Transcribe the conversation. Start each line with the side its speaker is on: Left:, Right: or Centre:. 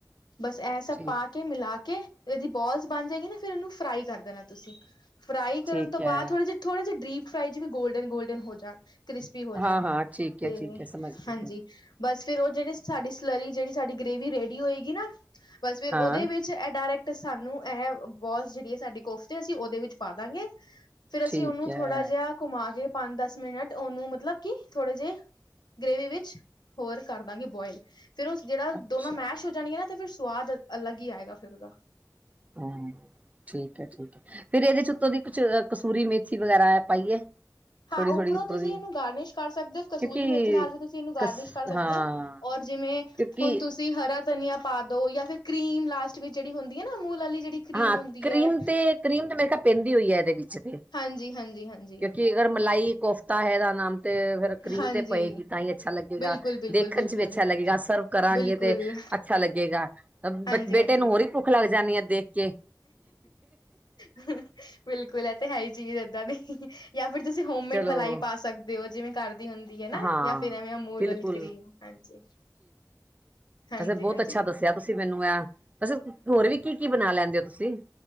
Left: ਬਸ ਇਹ ਸਭ
Right: ਠੀਕ
Left: ਪਾ ਕੇ ਮਿਲਾ ਕੇ ਇਹਦੀ ਬੋਲਸ ਬਣ ਜਾਏਗੀ ਨਾ ਫਿਰ ਇਹਨੂੰ ਫਰਾਈ ਕਰ ਦੇਣਾ ਤੁਸੀਂ ਫਰਾਈ ਕਰਨ
Right: ਠੀਕ
Left: ਤੋਂ ਬਾਅਦ
Right: ਹੈ
Left: ਥੋੜੇ ਜਿਹੇ ਥੋੜ੍ਹਾ ਜੇ ਡੀਪ ਫਰਾਈ ਜਿਵੇ ਗੋਲਡਨ-ਗੋਲਡਨ ਹੋ ਜਾਣ ਕ੍ਰਿਸਪੀ ਹੋ ਜਾਣ
Right: ਹਾਂ ਹਾਂ ਠੀਕ
Left: ਤੇ,
Right: ਹੈ ਠੀਕ ਹੈ ਸਮਝ ਗਈ
Left: ਹਾਂਜੀ। ਬਸ ਫੇਰ ਉਹ ਜਿਹੜੀ ਸਾਡੀ ਸਲਰੀ, ਜਿਹੜੀ ਸਾਡੀ ਗ੍ਰੇਵੀ ਰੇਡੀ ਹੋਏਗੀ ਨਾ ਬਸ ਫੇਰ
Right: ਹਾਂ
Left: ਉਹਦੇ ਵਿੱਚ ਇਹ ਡਾਇਰੈਕਟ ਸਾਨੂੰ ਇਹ ਬੋਲਸ ਜਿਹੜੀ ਐ ਸਾਡੀ ਕੋਫਤੇ ਅਸੀਂ ਉਹਦੇ ਵਿੱਚ ਪਾ ਦਾਂਗੇ ਫੇਰ ਅਸੀਂ
Right: ਠੀਕ
Left: ਉਹਨੂੰ
Right: ਹੈ
Left: ਥੋੜਾ ਜਿਹਾ ਘੁਮਾ ਕੇ ਪੰਜ ਦਸ ਮਿੰਟ ਉਹਨੂੰ ਮਤਲਬ ਕੀ ਥੋੜੇ ਜਿਹੇ ਗ੍ਰੇਵੀ ਵਿੱਚ ਹੋਰ ਕਰਦਾਂਗੇ ਬੋਇਲ ਫਿਰ ਉਹ ਜਿਹੜਾ
Right: ਅੱਛਾ
Left: ਦੋਨਾਂ ਮੈਸ਼ ਹੋ ਜਾਣੀਆਂ ਨਾ ਫਿਰ ਸਵਾਦ ਅਲੱਗ ਹੀ ਆਏਗਾ ਫ਼ਿਰ ਉਹਦਾ।
Right: ਹਾਂ, ਠੀਕ ਏ, ਠੀਕ ਏ। ਫੇਰ ਇਹਦੇ ਚ ਉਤੋਂ ਦੀ ਕਸੂਰੀ ਮੇਥੀ ਵਗੈਰਾ ਪਾਈਏ।
Left: ਹਾਂ
Right: ਥੋੜ੍ਹੀ ਥੋੜ੍ਹੀ
Left: ਉੱਪਰੋਂ ਤੁਸੀਂ
Right: ਦੀ
Left: ਇਹਨੂੰ ਗਾਰਨਿਸ਼ ਕਰ ਸਕਦੇ ਹੋ, ਕਸੂਰੀ
Right: ਕਿਉਂਕਿ
Left: ਮੇਥੀ ਨਾਲ ਵੀ ਤੁਸੀਂ ਇਹਨੂੰ ਗਾਰਨਿਸ਼
Right: ਕਸ
Left: ਕਰ ਸਕਦੇ
Right: ਹਾਂ
Left: ਹੋ। ਔਰ ਜਿਵੇਂ
Right: ਕਿਉਂਕਿ
Left: ਹੁਣ ਤੁਸੀਂ ਹਰਾ ਧਨੀਆ ਪਾ ਦੋ ਜਾਂ ਫਿਰ ਕਰੀਮ ਲਾਸਟ ਵਿੱਚ ਜਿਹੜੀ ਹੁੰਦੀ ਐ ਨਾ, ਅਮੂਲ ਵਾਲੀ ਜਿਹੜੀ ਕਰੀਮ
Right: ਹਾਂ
Left: ਹੁੰਦੀ
Right: ਕਰੀਮ
Left: ਹੈ
Right: ਤੇ ਕਰੀਮ ਤੇ ਮੈਂ ਕਿਹਾ ਪੈਂਦੀ ਹੋਈ ਐ, ਇਹਦੇ ਵਿੱਚ ਤੇ
Left: ਹਾਂਜੀ-ਹਾਂਜੀ-ਹਾਂਜੀ।
Right: ਕਿਉਂਕਿ ਅਗਰ ਮਲਾਈ ਕੋਫਤਾ ਹੈਦਾ ਨਾਮ ਤੇ ਫਿਰ ਕਰੀਮ
Left: ਹਾਂਜੀ
Right: ਤੇ ਪਏਗੀ ਤਾਂ ਹੀ ਅੱਛਾ ਲੱਗੇਗਾ,
Left: ਬਿਲਕੁਲ ਬਿਲਕੁਲ
Right: ਦੇਖਣ
Left: ਬਿਲਕੁਲ
Right: ਚ ਵੀ ਅੱਛਾ ਲੱਗੇਗਾ, ਸਰਵ ਕਰਾਂਗੇ
Left: ਬਿਲਕੁਲ
Right: ਤੇ ਅੱਛਾ ਲੱਗੇਗਾ। ਬ
Left: ਹਾਂਜੀ
Right: ਬੇਟੇ
Left: ਹਾਂਜੀ
Right: ਨੂੰ ਹੋਰ ਹੀ ਭੁੱਖ ਲੱਗ ਜਾਂਦੀ ਆ ਦੇਖ ਕੇ
Left: ਬਿਲਕੁਲ ਐ ਤੇ ਹੈ ਹੀ ਚੀਜ਼ ਏਦਾਂ ਦੀ। ਜਾਂ ਫਿਰ ਤੁਸੀਂ ਹੋਮਮੇਡ
Right: ਚਲੋ
Left: ਮਲਾਈ ਪਾ ਸਕਦੇ ਹੋ, ਜਿਵੇਂ ਕਰਦੀ ਹੁੰਦੀ ਦੀ ਐ ਨਾ
Right: ਹਾਂ
Left: ਜਾਂ ਫਿਰ ਐਵੇਂ ਮੂਲ
Right: ਬਿਲਕੁਲ
Left: ਆਲੀ ਕਰੀਮ, ਹਾਂਜੀ। ਹਾਂਜੀ
Right: ਵੈਸੇ ਬਹੁਤ
Left: ਹਾਂਜੀ
Right: ਅੱਛਾ ਦੱਸਿਆ ਤੁਸੀਂ ਮੈਨੂੰ ਆ, ਵੈਸੇ ਹੋਰ ਵੀ ਕੀ-ਕੀ ਬਣਾ ਲੈਂਦੇ ਹੋ ਤੁਸੀਂ।